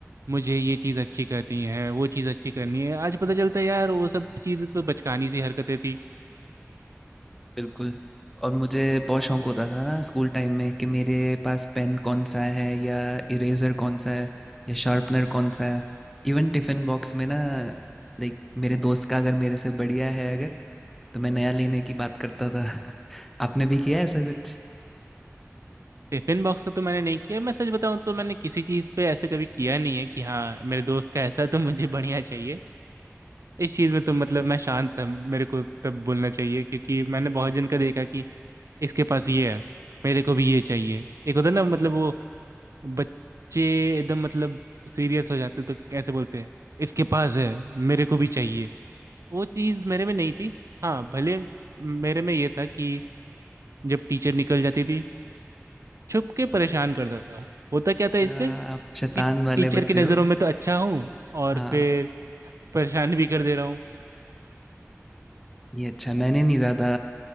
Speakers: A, on the right (about 75°); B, in the centre.
A: मुझे ये चीज़ अच्छी करनी है वो चीज़ अच्छी करनी है आज पता चलता है यार वो सब चीज़ें तो बचकानी सी हरकतें थी
B: बिल्कुल और मुझे बहुत शौक होता था ना स्कूल टाइम में कि मेरे पास पेन कौन सा है या इरेजर कौन सा है या शार्पनर कौन सा है इवन टिफिन बॉक्स में ना लाइक मेरे दोस्त का अगर मेरे से बढ़िया है अगर तो मैं नया लेने की बात करता था <laughs> आपने भी किया है ऐसा कुछ
A: टिफिन बॉक्स का तो मैंने नहीं किया मैं सच बताऊं तो मैंने किसी चीज़ पे ऐसे कभी किया नहीं है कि हाँ मेरे दोस्त का ऐसा है तो मुझे बढ़िया चाहिए इस चीज़ में तो मतलब मैं शांत था मेरे को तब बोलना चाहिए क्योंकि मैंने बहुत जन का देखा कि इसके पास ये है मेरे को भी ये चाहिए एक होता है ना मतलब वो बच्चे एकदम मतलब सीरियस हो जाते तो कैसे बोलते हैं इसके पास है मेरे को भी चाहिए वो चीज़ मेरे में नहीं थी हाँ भले मेरे में ये था कि जब टीचर निकल जाती थी छुप के परेशान करता था होता क्या
B: अच्छा,
A: था इससे
B: आप शैतान
A: कि
B: वाले
A: टीचर
B: बच्चे
A: की नज़रों
B: हो
A: में तो अच्छा हूँ और
B: हाँ
A: फिर परेशान भी कर दे रहा हूँ
B: ये अच्छा मैंने नहीं ज़्यादा